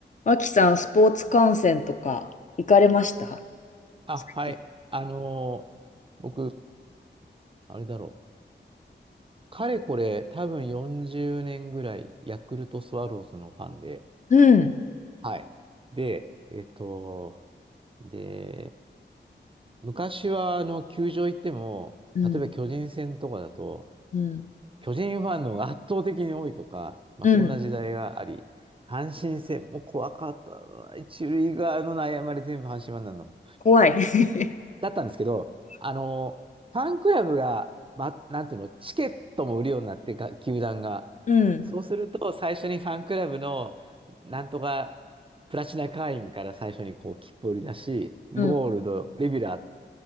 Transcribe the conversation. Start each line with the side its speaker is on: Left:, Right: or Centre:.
Left: 脇さん、スポーツ観戦とか行かれました
Right: あ、
Left: 最近
Right: はい。あのー僕、あれだろう。かれこれ、多分40年ぐらい、ヤクルトスワローズのファンで。
Left: うん、
Right: はい。で、えっと、で、昔は、あの、球場行っても、
Left: うん、
Right: 例えば巨人戦とかだと、
Left: うん、
Right: 巨人ファンの方が圧倒的に多いとか、まあ、
Left: うん。
Right: そんな時代があり、阪神戦も怖かったな。一塁側の悩まれ全部阪神ファンなんだもん。
Left: 怖い。<laughs>
Right: だったんですけど、あの、ファンクラブが、ま、なんていうの、チケットも売るようになってか、球団が。
Left: うん、
Right: そうすると、最初にファンクラブの、なんとか、プラチナ会員から最初にこう、切符を売り出し、ゴールド、
Left: うん、
Right: レギュラー。